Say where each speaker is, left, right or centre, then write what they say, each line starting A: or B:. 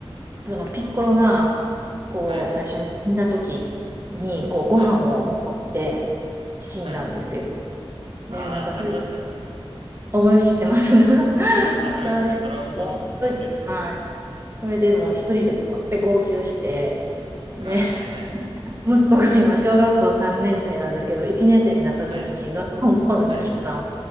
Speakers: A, on the right; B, on the right.
A: そのピッコロが、こう、
B: はい。
A: 最初に死んだ時に、こう、ご飯を持って死んだんですよ。
B: はい。はい。ああ、
A: で、なんかそれ
B: ありましたね。
A: 覚え知ってます
B: あ、
A: <laughs>
B: はい。
A: それ、
B: ドラゴンボールも読んでるんで。
A: もう、とはい。それでもう一人でぼわって号泣して、で、
B: はい、はい、はい。
A: <laughs> 息子が今、小学校3年生なんですけど、1年生になった時にドラゴンボールの一巻を
B: はい、はい、